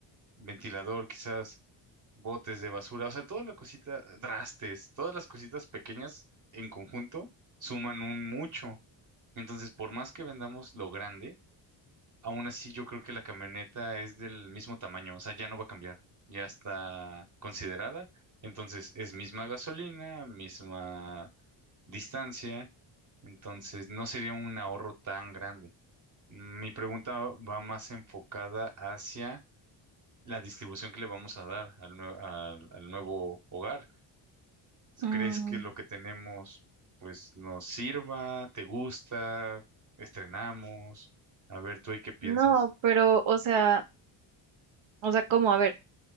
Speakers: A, on the right (about 40°); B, on the right (about 75°).
A: ventilador, quizás botes de basura, o sea, toda la cosita, trastes, todas las cositas pequeñas en conjunto suman un mucho. Entonces, por más que vendamos lo grande, Aún así, yo creo que la camioneta es del mismo tamaño, o sea, ya no va a cambiar, ya está considerada, entonces es misma gasolina, misma distancia, entonces no sería un ahorro tan grande. Mi pregunta va más enfocada hacia la distribución que le vamos a dar al, nue- al al nuevo hogar.
B: mm,
A: ¿Crees que lo que tenemos pues nos sirva, te gusta, estrenamos? A ver, tú ahí qué piensas.
B: no, pero, o sea, o sea, ¿cómo? A ver,